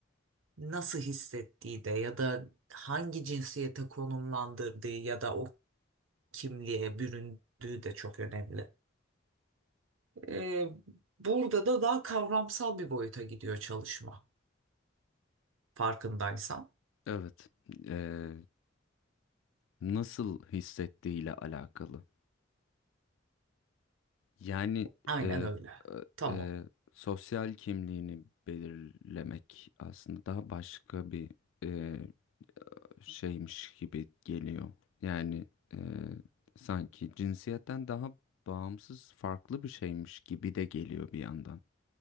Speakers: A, on the right; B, on the left.
A: nasıl hissettiği de ya da hangi cinsiyete konumlandırdığı ya da o kimliğe büründüğü de çok önemli. E, burada da daha kavramsal bir boyuta gidiyor çalışma farkındaysan.
B: Evet. Ee, nasıl hissettiğiyle alakalı. Yani
A: Aynen
B: e,
A: öyle.
B: e,
A: Tam
B: e,
A: olarak.
B: sosyal kimliğini belirlemek aslında daha başka bir e, şeymiş gibi geliyor. Yani e, sanki cinsiyetten daha bağımsız farklı bir şeymiş gibi de geliyor bir yandan.